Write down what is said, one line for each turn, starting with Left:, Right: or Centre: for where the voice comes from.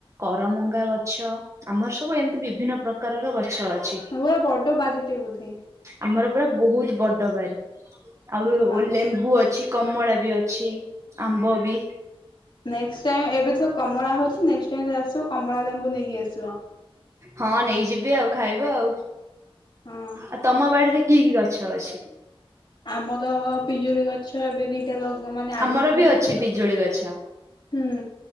Right: କରମଙ୍ଗା ଗଛ ଆମର ସବୁ ଏମିତି ବିଭିନ୍ନ ପ୍ରକାରର ଗଛ ଅଛି।
Left: ତମର ବଡ଼ ବାରି ଟେ ବୋଧେ।
Right: ଆମର ପୁରା ବହୁତ ବଡ ବାରି। ଆଉ
Left: ଯାହଉ।
Right: ଓ ଲେମ୍ବୁ ଅ ଅଛି କମଳା ବି ଅଛି ଆମ୍ବ ବି।
Left: ନେକ୍ସ୍ଟ୍ ଟାଇମ ଏବେ ତ କମଳା ହଉଛି ନେକ୍ସ୍ଟ ଟାଇମ ଯେତେବେଳେ ଆସିବ କମଳା ଲେମ୍ବୁ ନେଇକି ଆସିବ।
Right: ହଁ ନେଇଯିବି ଆଉ ଖାଇବ ଆଉ।
Left: ହଁ
Right: ଆଉ ତମ ବାଡିରେ କି କି ଗଛ ଅଛି?
Left: ଆମର ପିଜୁଳି ଗଛ ଏବେ ଦିଟା ଲଗା ମାନେ ଆଗରୁ
Right: ଆମର
Left: ଥିଲା।
Right: ବି ଅଛି
Left: ହୁଁ।
Right: ପିଜୁଳି ଗଛ।